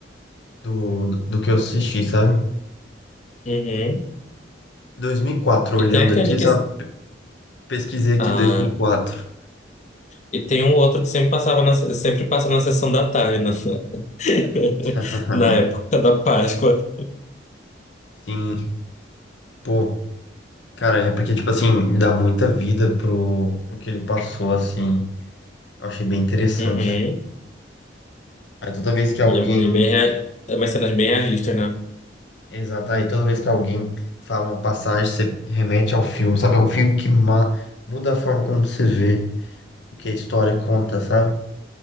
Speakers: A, on the left; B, on the left.
A: do, do que eu assisti, sabe?
B: Uhum.
A: dois mil e quatro olhando
B: E tem aquele
A: aqui,
B: que.
A: sabe? Pesquisei aqui
B: Ah,
A: dois mil e quatro
B: e tem um outro que sempre passava na, sempre passa na sessão da tarde, na, <laughs>
A: <laughs>
B: na época da Páscoa.
A: Sim, pô, cara, é porque, tipo assim, dá muita vida pro, pro que ele passou, assim. Eu achei bem interessante.
B: Uhum.
A: Aí toda vez que alguém.
B: Ele, é ele é bem, rea- é umas cenas bem realistas, né?
A: Exato, aí toda vez que alguém fala uma passagem, você remete ao filme, sabe? É um filme que ma- muda a forma como você vê o que a história conta, sabe?